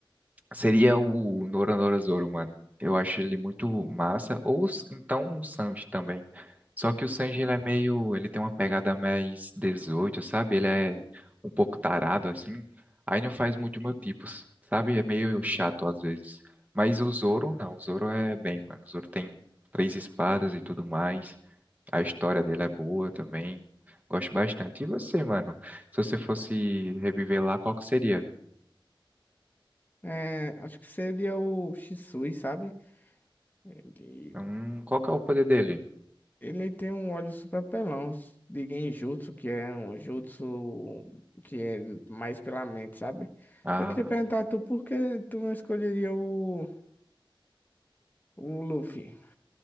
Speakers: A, on the right; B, on the left.
A: Seria o Noronorozauro, mano. Eu acho ele muito massa. Ou s- então o Sanji também. Só que o Sanji, ele é meio. Ele tem uma pegada mais 18, sabe? Ele é um pouco tarado, assim. Aí não faz muito meu tipo, s- sabe? É meio chato às vezes. Mas o Zoro, não. O Zoro é bem, mano. O Zoro tem três espadas e tudo mais. A história dele é boa também. Gosto bastante. E você, mano? Se você fosse reviver lá, qual que seria?
B: É, acho que seria o Shisui, sabe? Ele,
A: Hum, qual que é o poder dele?
B: ele tem um olho super pelão de Genjutsu, que é um jutsu que é mais pela mente, sabe?
A: Ah,
B: Eu queria perguntar a tu por que tu não escolheria o, o Luffy?